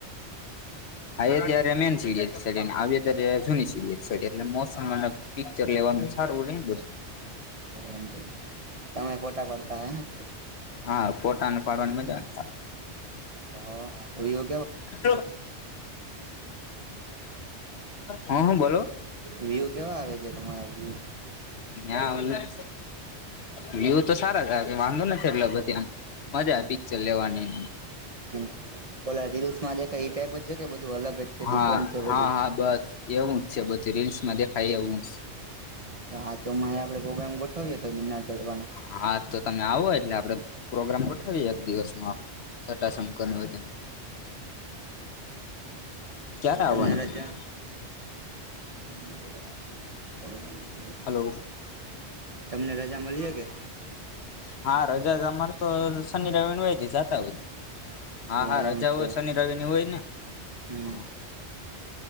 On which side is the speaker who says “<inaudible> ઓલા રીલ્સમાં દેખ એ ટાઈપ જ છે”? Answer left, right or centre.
Right